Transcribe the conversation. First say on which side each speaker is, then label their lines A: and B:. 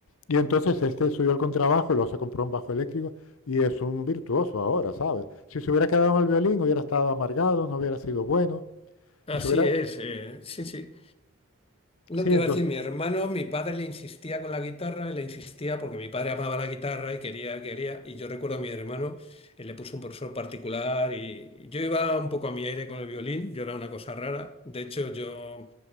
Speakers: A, on the left; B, on the left.
A: Y entonces este subió el contrabajo y luego se compró un bajo eléctrico y es un virtuoso ahora, ¿sabes? Si se hubiera quedado en el violín hubiera estado amargado, no hubiera sido bueno
B: Así
A: y se hubiera...
B: es. eh, sí, sí. No
A: Sí,
B: te
A: entonces,
B: iba a decir, mi hermano, mi padre le insistía con la guitarra, le insistía porque mi padre amaba la guitarra y quería, quería. Y yo recuerdo a mi hermano, él le puso un profesor particular y yo iba un poco a mi aire con el violín, yo era una cosa rara. De hecho, yo